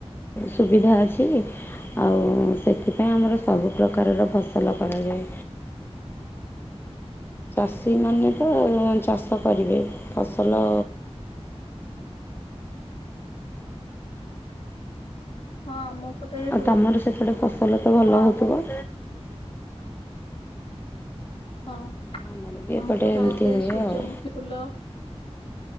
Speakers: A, on the left; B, on the left.
A: ସୁବିଧା ଅଛି ଆଉ ସେଥିପାଇଁ ଆମର ସବୁ ପ୍ରକାରର ଫସଲ କରାଯାଏ ଚାଷୀମାନେ ତ ଚାଷ କରିବେ ଫସଲ
B: ହଁ ଆମ ପଟେ ବି
A: ଆଉ
B: ହୁଏ
A: ତମର ସେପଟେ ଫସଲ ତ ଭଲ ହେଉଥିବ।
B: ହଁ
A: ଆମର ବି ଏପଟେ
B: ଆମ ପଟେ
A: ଏମିତି
B: ସେଇ
A: ହୁଏ
B: ସୂର୍ଯ୍ୟମୁଖୀ
A: ଆଉ।
B: ଫୁଲ